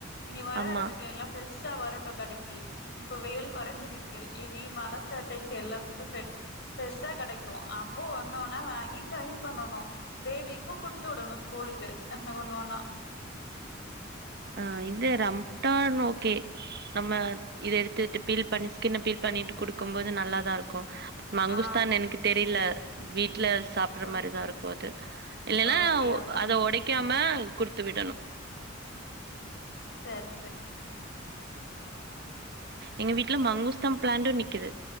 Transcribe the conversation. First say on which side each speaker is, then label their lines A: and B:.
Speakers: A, on the left; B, on the right.
A: இ நீ வர
B: ஆமா.
A: ஆரம்பிக்க எல்லா ப்ரஷ் உஷா வரட்டு கடைக்கு இப்போ வெயில் கொறைஞ்சிருக்கு ஏ நீ மலாஸ்ட ஆயச்ச எல்லா ஃட்டோஃண்ட்ஸ் ஃப்ரெஷ்ஷா கெடைக்கு அப்போ ஒண்ணு ஒன்னா வாங்கி ட்ரை பண்ணணு பேபிக்கு குடுத்து உடணு ஸ்கூலுக்கு ஆஹ ஒண்ண ஒண்ணா
B: ஆஹ் இந்த ரம்ட்டான் ஒகே நம்ம இத எடுத்துட்டு பீல் பண்ணி ஸ்கின் பீல் பண்ணிட்டு குடுக்கு போது நல்லாதாருக்கு மங்குஸ்தான்
A: ஆ
B: எனக்கு தெரியல வீட் வீட்ல சாப்பற
A: ஓகே
B: மாரிதா இருக்கு அது இல்லன்னா
A: ஓகே அப்ப
B: அத ஒடைக்காம குடுத்து விடணு
A: சரி சரி
B: எங்க வீட்டுல மங்குஸ்தா பிளாண்டு நிக்குது